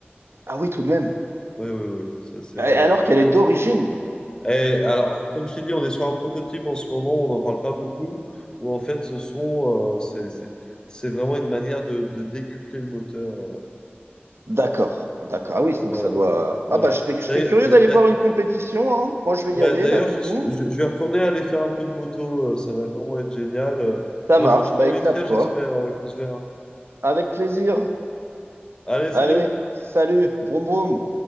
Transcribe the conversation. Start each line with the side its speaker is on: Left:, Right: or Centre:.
Right: Ah oui, tout de même.
Left: Oui, oui, oui, ça c'est
Right: Euh,
Left: vraiment.
Right: Alors qu'elle est d'origine.
Left: Eh, alors, comme je t'ai dit, on est sur un prototype en ce moment, on n'en parle pas beaucoup, où en fait, ce sont, euh, c'est, c'est, c'est vraiment une manière de, de décupler le moteur. euh,
Right: D'accord. D'accord. Ah oui, donc
Left: Voilà.
Right: ça doit.
Left: vo- voilà.
Right: Ah bah je serais, je
Left: D'ailleurs,
Right: serais curieux
Left: d'a-
Right: d'aller
Left: d'a-
Right: voir une compétition, hein. Moi, je vais
Left: ouais,
Right: y aller
Left: d'ailleurs,
Right: là du
Left: je,
Right: coup.
Left: suis- je- je vais retourner aller faire un peu de moto, euh, ça va vraiment être génial. Euh,
Right: Ça
Left: Un
Right: marche.
Left: jour, je
Right: Bah
Left: t'inviterai,
Right: éclate-toi.
Left: j'espère, euh, qu'on se verra.
Right: Avec plaisir.
Left: Allez,
Right: Allez,
Left: salut!
Right: salut. Vroom vroom.